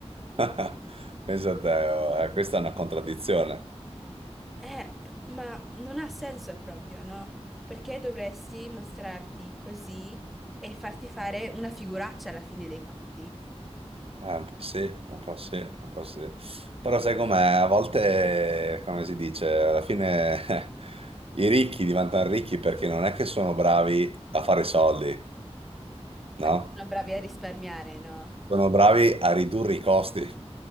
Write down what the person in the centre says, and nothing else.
Eh, ma non ha senso proprio, no? Perché dovresti mostrarti così e farti fare una figuraccia alla fine dei conti?
Ma che sono bravi a risparmiare, no?